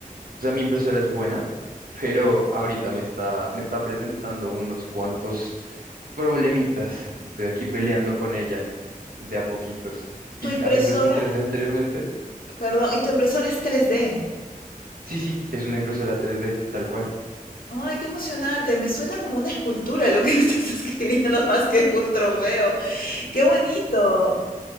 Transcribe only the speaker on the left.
Tu impresora,
perdón, y tu impresora es tres d
Ay, qué emocionante. Me suena como una escultura lo que me estás <laughs> escribiendo más que un trofeo. Qué bonito.